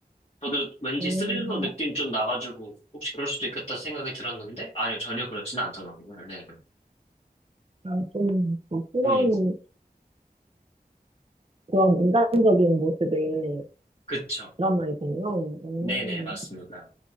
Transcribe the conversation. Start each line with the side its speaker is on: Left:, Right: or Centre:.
Left: 저도 왠지
Right: 음,
Left: 스릴러 느낌 좀 나가지고 혹시 그럴 수도 있겠다 생각이 들었는데 아니요 전혀 그렇지는 않더라고요. 네, 네.
Right: 아, 좀그 순한
Left: 음,
Right: 그런 인간적인 모습의
Left: 그쵸.
Right: 드라마이군요. 음.
Left: 네네, 맞습니다.